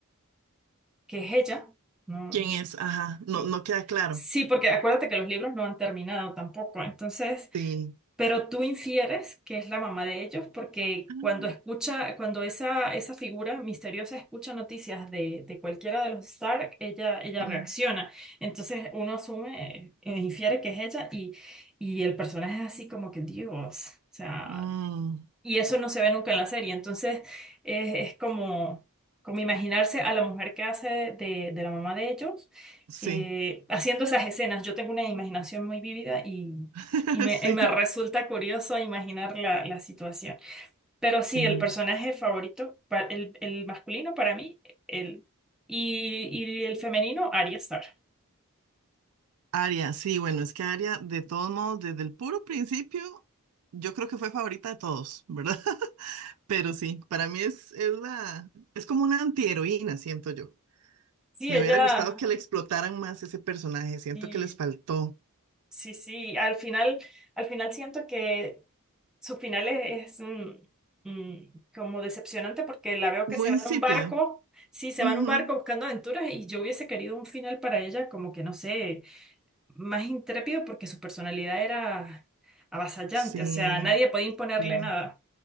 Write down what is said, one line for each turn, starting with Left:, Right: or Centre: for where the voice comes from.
Centre: que es ella. No,
Right: ¿Quién es? Ajá, no,
Centre: sí.
Right: no queda claro.
Centre: Sí, porque acuérdate que los libros no han terminado tampoco. Entonces,
Right: Sí.
Centre: pero tú infieres que es la mamá de ellos porque
Right: Ah.
Centre: cuando escucha, cuando esa, esa figura misteriosa escucha noticias de, de cualquiera de los Stark, ella, ella
Right: Mm,
Centre: reacciona. Entonces uno asume, eh, infiere que es ella y, y el personaje es así como que Dios. O sea,
Right: mm,
Centre: y eso no se ve nunca en la serie. Entonces es, es como, como imaginarse a la mujer que hace de, de la mamá de ellos
Right: sí,
Centre: eh, haciendo esas escenas. Yo tengo una imaginación muy vívida y,
Right: <laughs>
Centre: y me,
Right: sí,
Centre: y me resulta curioso imaginar la, la situación. Pero sí,
Right: sí.
Centre: el personaje favorito, pa- el, el masculino para mí, el, y, y el femenino, Arya Stark.
Right: Aria, sí, bueno, es que Aria, de todos modos, desde el puro principio, yo creo que fue favorita de todos, ¿verdad? <laughs> Pero sí, para mí es, es la, es como una antiheroína, siento yo.
Centre: Sí,
Right: Me
Centre: ella,
Right: hubiera gustado que le explotaran más ese personaje, siento
Centre: y,
Right: que les faltó.
Centre: sí, sí, al final, al final siento que Su final es, es, mm, mm, como decepcionante porque la veo
Right: Muy
Centre: que se va
Right: insípido.
Centre: en un barco, sí, se
Right: Ujú.
Centre: va en un barco buscando aventuras y yo hubiese querido un final para ella como que, no sé, más intrépido porque su personalidad era avasallante,
Right: Sí,
Centre: o sea, nadie podía imponerle
Right: sí,
Centre: nada.